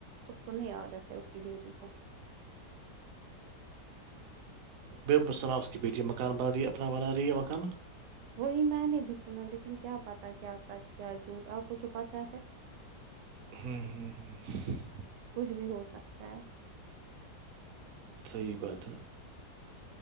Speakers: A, on the right (about 85°); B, on the right (about 65°).
A: اس کو نہیں عادت ہے اس کی بیٹی کو
B: بے اب ال صلالہ اس کی بیٹی ہے مکان بنا رہی ہے اپنا بنا رہی ہے مکان
A: وہی میں نے بھی سنا لیکن کیا پتا کیا سچ کیا جھوٹ آپ کو جو پت ہے <inaudible>
B: ہاں ہ ہ <inaudible>
A: کچھ بھی ہو سکتا ہے
B: صحیح بات ہے <unintelligible>